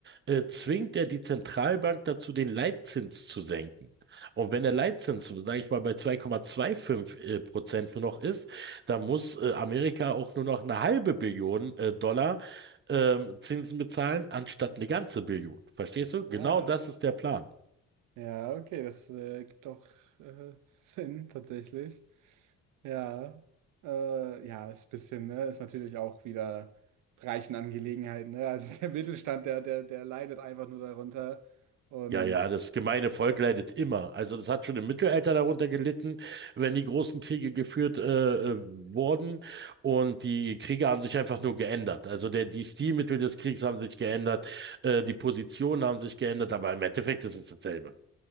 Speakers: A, on the right; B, on the right.
A: äh, zwingt er die Zentralbank dazu, den Leitzins zu senken. Und wenn der Leitzins, sage ich mal, bei 2,25 äh, Prozent nur noch ist, dann muss äh, Amerika auch nur noch eine halbe Billion äh, Dollar ähm, Zinsen bezahlen, anstatt eine ganze Billion. Verstehst du? Genau
B: Ah,
A: das ist der Plan.
B: ja, okay, das äh, gibt doch äh, Sinn tatsächlich. Ja, äh, ja, ist ein bisschen, ne, ist natürlich auch wieder reichen Angelegenheiten, ne? Also <laughs> der Mittelstand, der, der, der leidet einfach nur darunter. Und
A: Ja, ja, das gemeine Volk leidet immer. Also das hat schon im Mittelalter darunter gelitten, wenn die großen Kriege geführt äh, äh, wurden und die Kriege haben sich einfach nur geändert. Also der, die Stilmittel des Kriegs haben sich geändert, äh, die Positionen haben sich geändert, aber im Endeffekt ist es dasselbe.